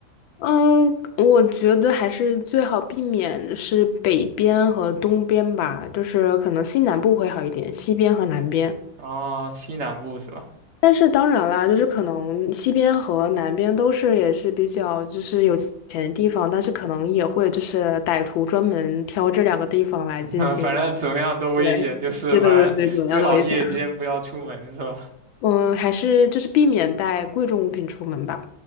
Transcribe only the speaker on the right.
啊，西南部是吧？
<laughs> 反正怎么样都危险，
就是反正最好夜间不要出门是吧？